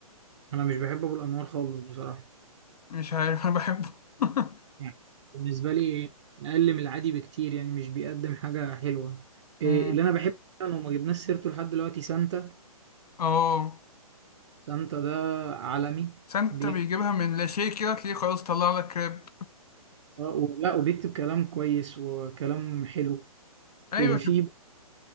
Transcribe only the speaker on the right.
انا مش بحب ابو الانوار خالص بصراحه
يعني بالنسبه لي اقل من العادي بكتير يعني مش بيقدم حاجه حلوه إيه
اللي انا بحبه فعلا وما جبناش سيرته لحد دلوقتي سانتا
سانتا ده عالمي
بيكتب
آه، ولا وبيكتب كلام كويس وكلام حلو
وفي